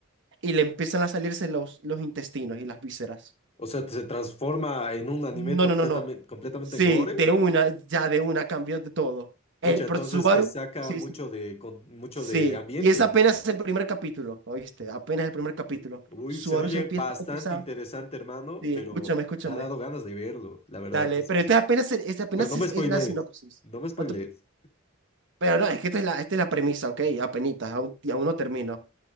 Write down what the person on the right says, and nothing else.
y le empiezan a salirse los, los intestinos y las vísceras.
No,
no, no, no.
Sí,
de una, ya de una cambió de todo.
El
pro- Subaru,
sí,
sí.
Sí,
y es apenas el primer capítulo, ¿oíste? Apenas el primer capítulo.
Subaru
se empieza,
empieza,
sí,
escúchame, escúchame.
Dale,
pero este apenas,
este apenas
es,
es la sinopsis.
No te- Pero no, es que esta es la, esta es la premisa, ¿ok? Apenitas, aún, y aún no termino.